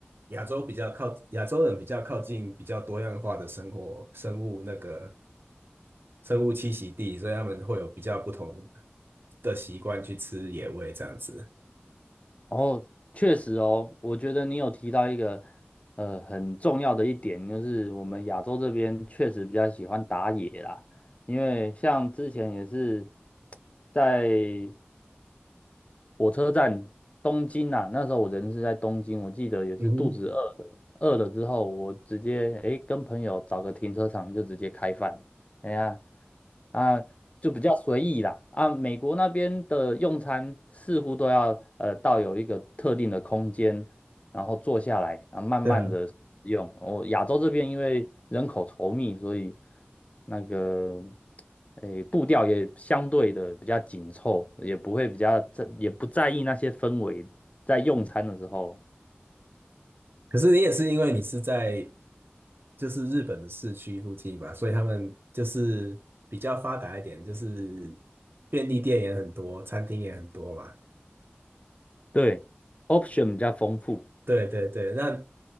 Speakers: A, on the right (about 60°); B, on the left (about 35°).
A: 亚洲比较靠亚洲人比较靠近比较多样化的生活生物那个生物栖息地，所以他们会有比较不同的习惯去吃野味这样子。
B: 哦，确实哦，我觉得你有提到一个呃很重要的一点，就是我们亚洲这边确实比较喜欢打野啦，因为像之前也是在火车站东京啊，那时候我人是在东京，我记得也是肚子饿了，
A: 嗯哼，
B: 饿了之后我直接诶跟朋友找个停车场就直接开饭，哎呀啊就比较随意啦啊，美国那边的用餐似乎都要呃到有一个特定的空间，然后坐下来啊慢慢的用。
A: 对啊。
B: 我亚洲这边因为人口稠密，所以那个。诶，步调也相对的比较紧凑，也不会比较在，也不在意那些氛围，在用餐的时候，
A: 可是你也是因为你是在就是日本的市区附近嘛，所以他们就是比较发达一点，就是便利店也很多，餐厅也很多嘛。
B: 对，option 比较丰富。
A: 对对对，那